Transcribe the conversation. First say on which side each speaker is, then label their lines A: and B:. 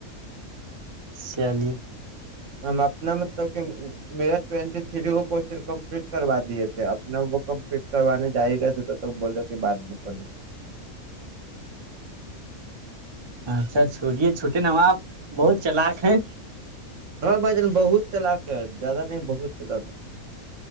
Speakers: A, on the right; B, on the right.
A: چیالیا
B: ہم اپنا مطلب کہ میرا ٹینٹی تھری وہ کوشن کمپلیٹ کروا دیے تھے اپنا وہ کمپلیٹ کروانے جا ہی رہے تھے تو تو بولو کہ بعد میں کر لو
A: اچھا چھوڑیے چھوٹے نواب بہت چلاک ہیں
B: ہاں بن بہت چلااکک زیادہ نہیں بہتچ ل